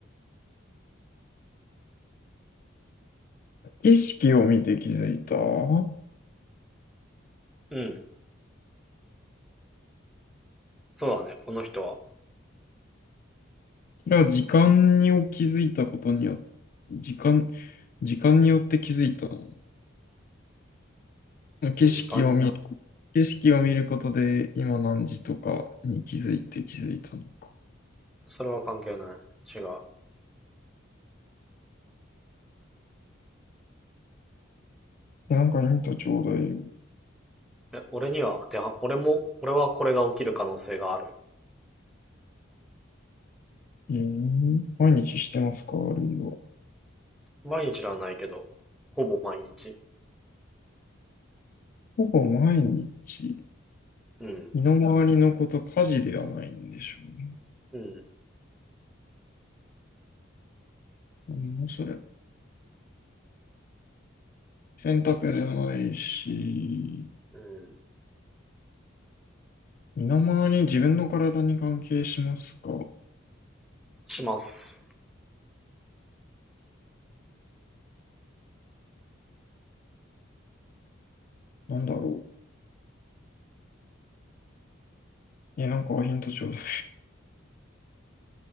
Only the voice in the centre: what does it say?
うん。そうだね。この人は。
時間、
それは関係ない。違う。
え、俺には当ては、俺も、俺はこれが起きる可能性がある。
毎日ではないけど、ほぼ毎日、
うん、
うん、
うん、
します。